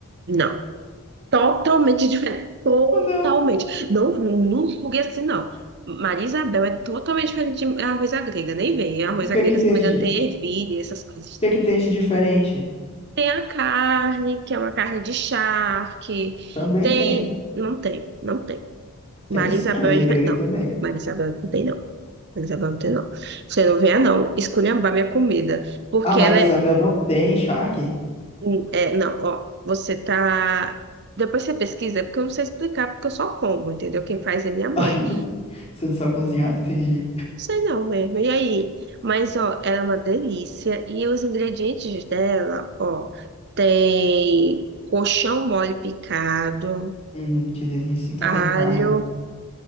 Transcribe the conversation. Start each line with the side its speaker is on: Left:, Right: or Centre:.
Right: não. Totalmente diferente. Totalmente.
Left: Ah, Não.
Right: Não, não julgue assim, não. Maria Isabel é totalmente diferente de arroz à grega. Nem vem. Arroz
Left: O que
Right: à grega,
Left: é que tem
Right: se não me
Left: de,
Right: engano,
Left: o
Right: tem ervilha, essas coisas.
Left: que é que tem de diferente?
Right: Tem a carne, que é uma carne de charque.
Left: Também
Right: Tem.
Left: tem.
Right: Não tem, não tem. Maria
Left: Tem sim,
Right: Isabel
Left: arroz
Right: é diferente.
Left: à grega
Right: Não,
Left: também.
Right: Maria Isabel não tem, não. Eles agora não tem, não. Você não venha, não, esculhambar minha comida. Porque
Left: A Maria
Right: ela é,
Left: Isabel não tem charque? <laughs>
Right: um, é. Não, ó, você tá. Depois você pesquisa, porque eu não sei explicar, porque eu só como, entendeu? Quem faz é minha mãe.
Left: Ah,
Right: Não
Left: não. Você não sabe cozinhar, entendi.
Right: sei não mesmo. E aí? Mas, ó, ela é uma delícia. E os ingredientes dela, ó, tem colchão mole picado,
Left: Hum, que delícia. Então
Right: alho.
Left: tem carne.